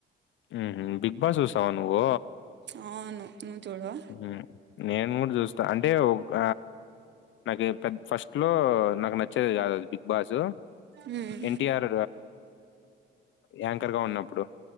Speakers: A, on the left; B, on the right.
A: హు బిగ్, బస్సు సుసావా నువ్వు
B: అవును నువ్వు చూడవా
A: హ్మ్. నేను కూడా చూస్తా అంటే ఒక నాకు ఏదో పె ఫస్ట్, లో నాకు నచ్చది కాదు అది బిగ్ బాస్
B: మ్మ్
A: యెన్ టి ఆర్ యాంకర్ గా ఉన్నపుడు